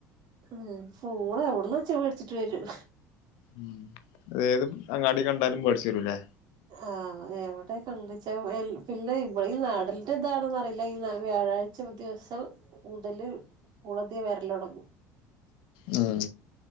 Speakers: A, on the right; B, on the left.
A: ഉം പൂളാ എവിടുന്ന് വെച്ചാൽ മേടിച്ചിട്ട് വരും.
B: ഉം ഏത് അങ്ങാടി കണ്ടാലും മേടിച്ച് വരൂല്ലേ.
A: ആഹ് എവിടെ കണ്ടുവെച്ചാൽ വെൽ പിന്നെ ഈ നാടിന്റെ ഇതാണോ എന്നു അറിയില്ല ഈ വ്യാഴാഴ് ചില ദിവസം മുതൽ കുളതിയെ വരല് തുടങ്ങും.
B: ഉം